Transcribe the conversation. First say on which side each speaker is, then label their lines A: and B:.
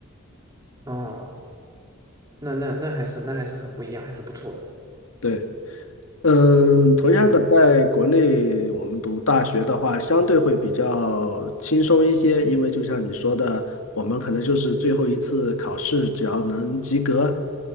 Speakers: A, on the right; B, on the left.
A: 哦，那那那还是那还是很不一样，还是不错的。
B: 对。嗯，同样的，
A: 嗯，
B: 在国内我们读大学的话，相对会比较轻松一些，因为就像你说的，我们可能就是最后一次考试，只要能及格，